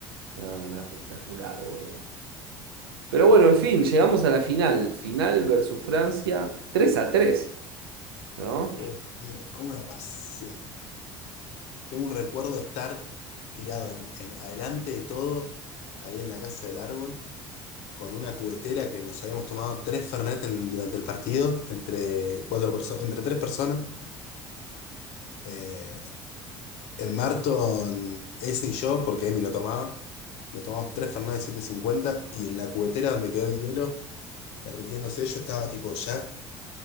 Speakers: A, on the right; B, on the left.
A: no, no, no, espectacular, boludo. Pero bueno, en fin, llegamos a la final. Final versus Francia, tres a 3, ¿no?
B: Uy, amigo, ¿cómo la pasé? Tengo un recuerdo de estar tirado en- en- adelante de todo, ahí en la casa del árbol. con una cubetera que nos habíamos tomado tres Fernet en- durante el partido, entre, cuatro perso- entre tres personas. Eh, el Marton, ese y yo, porque Emi no tomaba, nos tomamos tres Fernet de siete cincuenta y en la cubetera donde quedó el hielo derritiéndose, yo estaba tipo ya